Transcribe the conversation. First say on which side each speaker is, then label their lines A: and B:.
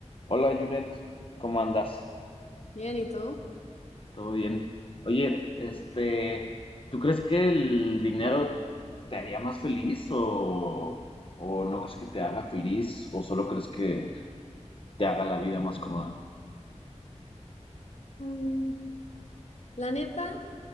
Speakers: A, on the left (about 45°); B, on the left (about 65°).
A: Hola, Junet, ¿cómo andas?
B: Bien, ¿y tú?
A: ¿Todo bien? Oye, este, ¿tú crees que el dinero te haría más feliz o, o no crees que te haga feliz o solo crees que te haga la vida más cómoda?
B: Mm, la neta,